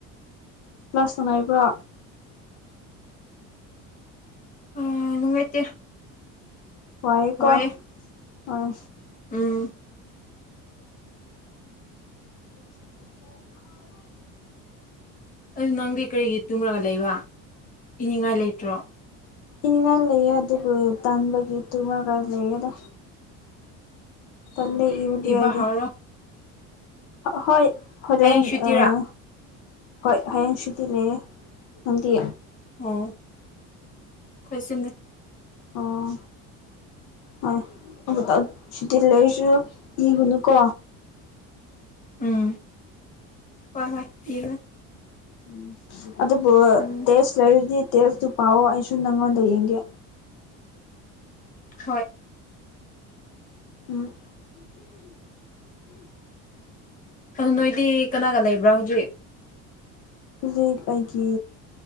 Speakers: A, on the left; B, on the left.
A: ꯀ꯭ꯂꯥꯁꯇꯥ ꯂꯩꯕ꯭ꯔꯣ
B: ꯑꯥ ꯅꯨꯡꯉꯥꯏꯇꯦ
A: ꯋꯥꯏꯀꯣ
B: ꯋꯥꯏꯌꯦ
A: ꯑꯥ
B: ꯎꯝ
A: <unintelligible>
B: ꯑꯗꯨ ꯅꯪꯗꯤ ꯀꯔꯤꯒꯤ ꯇꯨꯝꯂꯒ ꯂꯩꯕ ꯏꯅꯤꯡꯉꯥꯏ ꯂꯩꯇ꯭ꯔꯣ
A: ꯏꯅꯤꯡꯉꯥꯏ ꯂꯩꯌꯦ ꯑꯗꯨꯕꯨ ꯇꯥꯟꯕꯒꯤ ꯇꯨꯝꯃꯒ ꯂꯩꯌꯦꯗ ꯇꯜꯂꯦ ꯏꯕꯗꯤ
B: ꯏꯕ
A: ꯑꯩꯗꯤ
B: ꯍꯧꯔꯣ
A: ꯍꯣꯏ ꯍꯣꯔꯦꯟ
B: ꯍꯌꯦꯡ ꯁꯨꯇꯤꯔꯥ
A: ꯑꯥ ꯍꯣꯏ ꯍꯌꯦꯡ ꯁꯨꯇꯤ ꯂꯩꯌꯦ ꯅꯪꯗꯤ
B: ꯑꯣ ꯑꯩꯈꯣꯏꯁꯨꯅꯦ
A: ꯑꯣ ꯍꯣꯏ ꯑꯃꯨꯛꯇꯪ ꯁꯨꯇꯤ ꯂꯩꯔꯁꯨ ꯏꯔꯨꯅꯨꯀꯣ
B: ꯎꯝ ꯍꯣꯏ ꯍꯣꯏ ꯏꯔꯣꯏ
A: ꯎꯝ ꯑꯗꯨꯕꯨ
B: ꯎꯝ
A: ꯇꯦꯁ ꯂꯩꯔꯗꯤ ꯇꯦꯁꯇꯨ ꯄꯥꯎꯑꯣ ꯑꯩꯁꯨ ꯅꯪꯉꯣꯟꯗꯩ ꯌꯦꯡꯒꯦ
B: ꯍꯣꯏ
A: ꯎꯝ
B: ꯑꯗꯨ ꯅꯣꯏꯗꯤ ꯀꯅꯥꯒ ꯂꯩꯕ꯭ꯔꯥ ꯍꯧꯖꯤꯛ
A: ꯍꯧꯖꯤꯛ ꯑꯩꯒꯤ